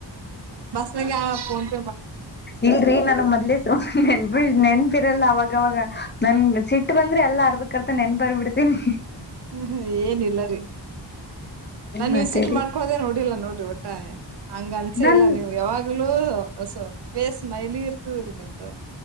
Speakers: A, on the right (about 60°); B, on the left (about 25°).
A: ಮಗೆಪ
B: ಇಲ್ರರಿ ನಾನು ಮೊದ್ಲೇ ಸು ನೆನ್ಪಿ ನೆನ್ಪಿರಲ್ಲ ಅವಾಗವಾಗ ನನ್ ಸಿಟ್ಟ ಬಂದ್ರೆ ಎಲ್ಲಾ ಅರ್ದಕ್ರ್ತ ನೆನ್ ಬರ್ಬ ಬಿಿಡ್ತೀನಿ
A: ಹ್ಮ್ ಹ್ಮ್ ಏನಿಲ್ಲರಿೀ ನಾನ್
B: ಮತ್ತೇರಿ
A: ನೀವ್ ಸಿಟ್ ಮಾಡ್ಕೋದೇ ನೋಡಿಲ್ಲ ನೋಡ್ರಿ ಒಟ್ಟ ಹಂಗ ಅನ್ಸೆ
B: ನನ್
A: ಇಲ್ಲ ನೀವು ಯಾವಾಗ ಆಗಲೂ ಫೇಸ್ ಸ್ಮೈಲಿ ಇರ್ತದ ರೀ ನಿಮ್ದು